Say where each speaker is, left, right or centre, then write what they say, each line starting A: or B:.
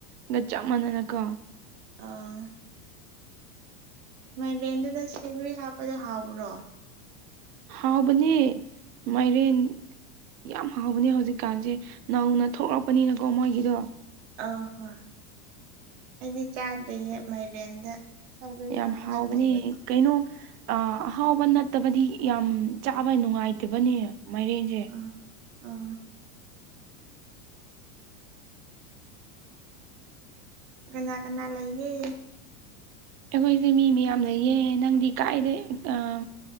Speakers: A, on the right; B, on the right.
A: ꯒ ꯆꯞ ꯃꯥꯟꯅꯅ ꯀꯣ
B: ꯑꯥ ꯃꯥꯏꯔꯦꯟꯗꯨꯗ ꯁꯧꯒ꯭ꯔꯤ ꯍꯥꯞꯄꯗꯣ ꯍꯥꯎꯕ꯭ꯔꯣ
A: ꯍꯥꯎꯕꯅꯦ ꯃꯥꯏꯔꯦꯟ ꯌꯥꯝ ꯍꯥꯎꯕꯅꯦ ꯍꯧꯖꯤꯛꯀꯥꯟꯁꯦ ꯅꯧꯅ ꯊꯣꯛꯂꯛꯄꯅꯤꯅꯀꯣ ꯃꯣꯏꯒꯤꯗꯣ
B: ꯑꯧ ꯍꯣꯏ ꯑꯩꯗꯤ ꯆꯥꯗ꯭ꯔꯤꯌꯦ ꯃꯥꯏꯔꯦꯟꯗ ꯁꯧꯒ꯭ꯔꯤ
A: ꯌꯥꯝ
B: ꯍꯥꯞꯄꯒ
A: ꯍꯥꯎꯕꯅꯦ
B: ꯊꯣꯡꯕꯗꯣ
A: ꯀꯩꯅꯣ ꯑꯥ ꯑꯍꯥꯎꯕ ꯅꯠꯇꯕꯗꯤ ꯌꯥꯝ ꯆꯥꯕ ꯅꯨꯡꯉꯥꯏꯇꯕꯅꯦ ꯃꯥꯏꯔꯦꯟꯁꯦ
B: ꯑꯥ ꯑꯣ ꯀꯅꯥ ꯀꯅꯥ ꯂꯩꯒꯦ
A: ꯑꯩꯈꯣꯏꯁꯦ ꯃꯤ ꯃꯌꯥꯝ ꯂꯩꯌꯦ ꯅꯪꯗꯤ ꯀꯥꯏꯗꯩ ꯑꯥ